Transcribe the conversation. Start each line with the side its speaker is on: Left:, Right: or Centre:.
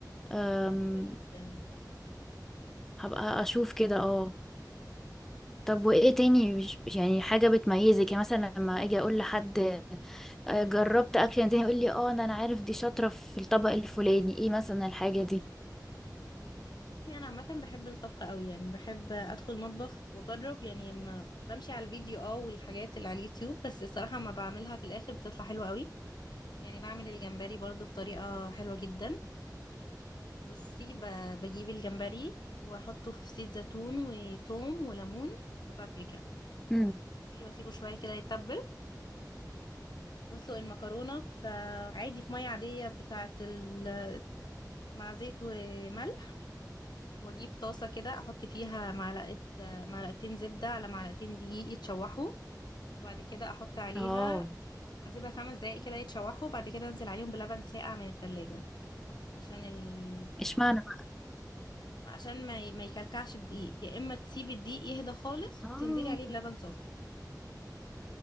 Centre: أم،
Left: حلوه جدا
Centre: هبقى اشوف كده اه طب وايه تاني مش يعني حاجة بتميزك يعني مثلا لما اجي اقول لحد آه، جربت اكل يعني تاني يقول لي اه انا أنا عارف دي شاطرة في الطبق الفلاني ايه مثلا الحاجة دي
Left: بصي انا عامه بحب الطبخ قوي يعني بحب ادخل مطبخ واجرب يعني ما بمشي على الفيديو اه والحاجات اللي على اليوتيوب بس الصراحه ما بعملها في الاخر بتطلع حلوه قوي يعني بعمل الجمبري برضو بطريقه حلوه جدا بصي ب- بجيب الجمبري واحطه في زيت زيتون وتوم وليمون وبابريكا
Centre: امم
Left: اوكي، واسيبه شويه كده يتبل واسلق المكرونه في عادي في ميه عاديه بتاعه ال... مع زيت وملح واجيب طاسه كده احط فيها معلقه آه، معلقتين زبده على معلقتين دقيق يتشوحوا وبعد كده احط عليها
Centre: اه
Left: اسيبها خمس دقايق كده يتشوحوا وبعد كده انزل عليهم بلبن ساقع من التلاجة عشان ال...
Centre: اشمعنى بقى
Left: عشان ما ي... ما يكلكعش الدقيق يا اما تسيبي الدقيق يهدى خالص
Centre: اه
Left: وتنزلي عليه بلبن سخن